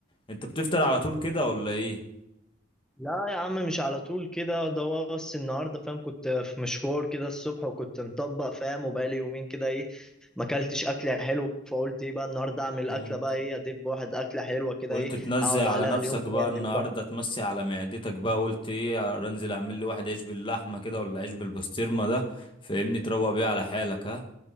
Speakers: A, on the left; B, in the centre.
A: انت بتفطر على طول كده ولا ايه
B: لا يا عم مش على طول كده ده بس النهارده فاهم كنت في مشوار كده الصبح وكنت مطبق فاهم وبقالي يومين كده ايه ما اكلتش اكله حلوه فقلت ايه بقى النهارده اعمل
A: مم.
B: اكله بقى ايه ادب واحد اكله حلوه كده
A: قلت
B: ايه
A: تنزل
B: اقعد
A: على
B: عليها
A: نفسك
B: اليوم
A: بقى
B: كامل
A: النهارده
B: بقى
A: تمسي على معدتك بقى قلت ايه انزل اعمل لي واحد عيش باللحمه كده ولا عيش بالبسطرمه ده فاهمني تروق بيه على حالك ها